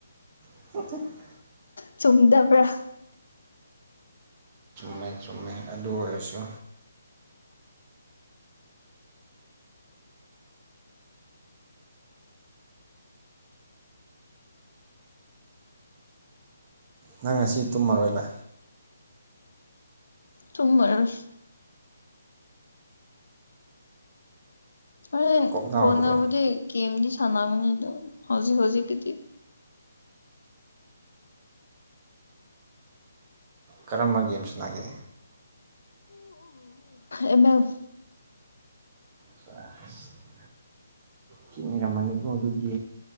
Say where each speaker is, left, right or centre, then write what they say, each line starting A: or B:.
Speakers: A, on the right; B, on the left.
A: <unintelligible>
B: ꯆꯨꯝꯗꯕ꯭ꯔꯥ
A: ꯆꯨꯝꯃꯦ ꯆꯨꯝꯃꯦ ꯑꯗꯨ ꯑꯣꯏꯔꯁꯨ ꯅꯪ ꯉꯥꯁꯤ ꯇꯨꯝꯃꯥꯔꯣꯏꯕ꯫
B: ꯇꯨꯝꯃꯥꯔꯣꯏ꯫ ꯍꯣꯔꯦꯟ
A: ꯀꯣꯛ ꯉꯥꯎꯗ꯭ꯔꯣ
B: ꯀꯣꯟꯅꯕꯨꯗꯤ ꯒꯦꯝꯗꯤ ꯁꯥꯟꯅꯒꯅꯤꯗꯥ ꯍꯧꯖꯤꯛ ꯍꯧꯖꯤꯛꯀꯤꯗꯤ꯫
A: ꯀꯔꯝꯕ ꯒꯦꯝ ꯁꯟꯅꯒꯦ꯫
B: M L.
A: <unintelligible> ꯊꯤ ꯅꯩꯔꯝꯃꯥꯅꯤꯀꯣ ꯑꯗꯨꯗꯤ